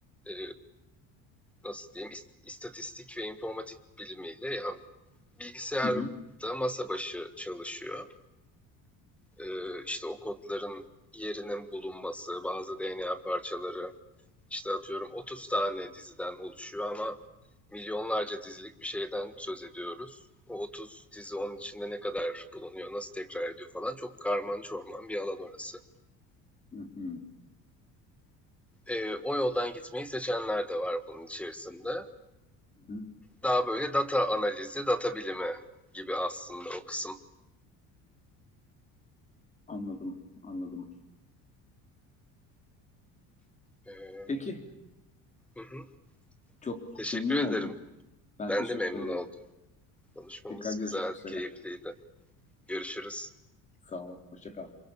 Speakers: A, in the centre; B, on the left (about 20°).
A: e, nasıl diyeyim ist- istatistik ve informatik bilimiyle yani bilgisayarda
B: Hı hı.
A: masa başı çalışıyor. E, işte o kodların yerinin bulunması, bazı DNA parçaları işte atıyorum 30 tane diziden oluşuyor ama milyonlarca dizilik bir şeyden söz ediyoruz. O 30 dizi onun içinde ne kadar bulunuyor, nasıl tekrar ediyor falan çok karman çorman bir alan orası.
B: Hı hı.
A: Ee, o yoldan gitmeyi seçenler de var bunun içerisinde.
B: Hı hı.
A: Daha böyle data analizi, data bilimi gibi aslında o kısım.
B: Anladım, anladım.
A: Ee,
B: Peki,
A: hı hı.
B: çok
A: Teşekkür
B: memnun
A: ederim.
B: oldum. Ben
A: Ben
B: teşekkür
A: de memnun
B: ederim.
A: oldum. Konuşmamız
B: Tekrar görüşmek
A: güzeldi,
B: üzere.
A: keyifliydi. Görüşürüz.
B: Sağ ol, hoşça kal.